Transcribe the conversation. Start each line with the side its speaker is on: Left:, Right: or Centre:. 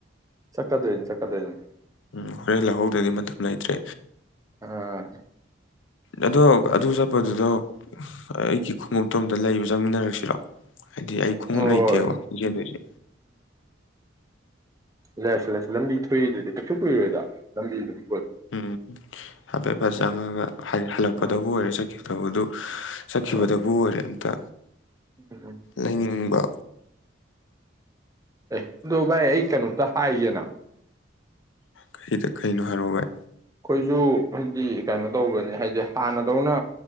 Right: ꯆꯠꯀꯗꯣꯏꯅꯦ ꯆꯠꯀꯗꯣꯏꯅꯦ
Left: ꯎꯝ ꯍꯣꯔꯦꯟ ꯂꯧꯍꯧꯗꯗꯤ ꯃꯇꯝ ꯂꯩꯇ꯭ꯔꯦ
Right: ꯑꯥ
Left: ꯑꯗꯣ ꯑꯗꯨ ꯆꯠꯄꯗꯨꯗꯣ ꯑꯩꯒꯤ ꯈꯣꯡꯎꯞꯇꯣ ꯑꯝꯇ ꯂꯩꯕ ꯆꯪꯃꯤꯟꯅꯔꯛꯁꯤꯔꯣ ꯍꯥꯏꯗꯤ ꯑꯩ ꯈꯣꯡꯎꯞ
Right: ꯍꯣꯏ
Left: ꯂꯩꯇꯦꯕ ꯆꯦꯟꯗꯣꯏꯁꯦ
Right: ꯂꯩꯁꯦ ꯂꯩꯁꯦ ꯂꯝꯕꯤ ꯊꯣꯛꯏꯗꯨꯗꯤ ꯀꯩꯁꯨ ꯀꯨꯏꯔꯣꯏꯗ ꯂꯝꯕꯤꯗꯨꯝ
Left: ꯎꯝ ꯍꯥꯏꯐꯦꯠ ꯐꯠ ꯆꯪꯉꯒ ꯍꯜꯂꯛꯄꯗꯕꯨ
Right: ꯑꯥ
Left: ꯑꯣꯏꯔꯦ ꯆꯠꯈꯤꯕꯗꯕꯨ ꯆꯠꯈꯤꯕꯗꯕꯨ
Right: ꯑꯣ
Left: ꯑꯣꯏꯔꯦ ꯑꯝꯇ
Right: ꯎꯝ
Left: ꯂꯩꯅꯤꯡꯕ
Right: ꯑꯦ ꯑꯗꯨ ꯚꯥꯏ ꯑꯩ ꯀꯩꯅꯣꯝꯇ ꯍꯥꯏꯒꯦꯅ
Left: ꯀꯔꯤꯗ ꯀꯩꯅꯣ ꯍꯥꯏꯔꯛꯎ ꯕꯥꯏ
Right: ꯑꯈꯣꯏꯁꯨ ꯍꯥꯏꯗꯤ ꯀꯩꯅꯣ ꯇꯧꯕꯅꯦ ꯍꯥꯏꯗꯤ ꯍꯥꯟꯅꯗꯧꯅ